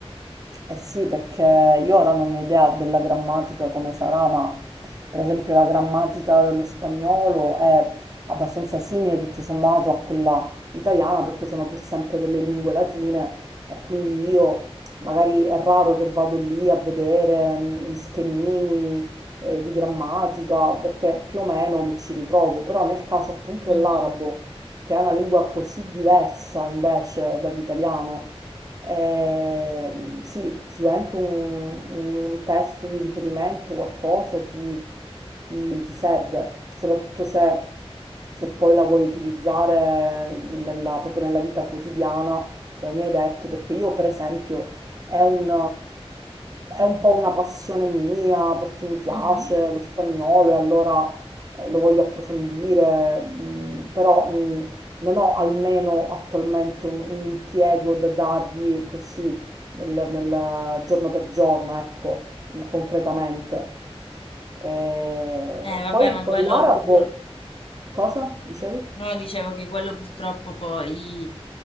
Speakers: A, on the right (about 35°); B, on the left (about 60°).
A: Eh sì, perché io ora non ho idea della grammatica come sarà, ma per esempio la grammatica dello spagnolo è abbastanza simile tutto sommato a quella italiana, perché sono pur sempre delle lingue latine e quindi io magari è raro che vado lì a vedere mm, gli schemini eh, di grammatica, perché più o meno mi ci ritrovo, però nel caso appunto
B: Mhm,
A: dell'arabo, che è una lingua così diversa invece dall'italiano, eh, sì, sicuramente un, un testo di riferimento, qualcosa ti, ti- ti serve, soprattutto se, se poi la vuoi utilizzare nella- proprio nella vita quotidiana, come mi hai detto, perché io per esempio è un, è un po' una passione mia perché mi piace
B: mhm.
A: lo spagnolo e allora eh, lo voglio approfondire, mm, però mm, non ho almeno attualmente un, un impiego da dargli così nel, nel giorno per giorno, ecco, concretamente. E
B: Eh, vabbè,
A: poi
B: ma
A: con
B: quello
A: l'arabo,
B: purtroppo...
A: cosa dicevi?
B: No, dicevo che quello purtroppo poi